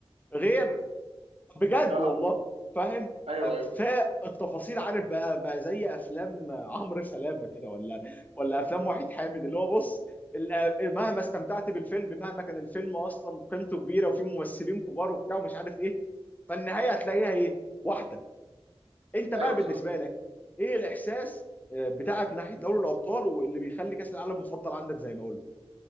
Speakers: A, on the left; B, on the right.
A: غير بجد
B: اه
A: والله فاهم
B: ايوه ايوه
A: فالتفاصيل عارف بقى بقى زي افلام عمرو سلامه كده ولا ولا افلام وحيد حامد اللي هو بص ال- مهما استمتعت بالفيلم مهما كان الفيلم اصلا قيمته كبيره وفيه ممثلين كبار وبتاع ومش عارف ايه فالنهايه هتلاقيها ايه واحده انت بقى
B: ايوه
A: بالنسبه
B: صح
A: لك ايه الاحساس آه، بتاعك ناحيه دوري الابطال واللي بيخلي كاس العالم مفضل عندك زي ما قلت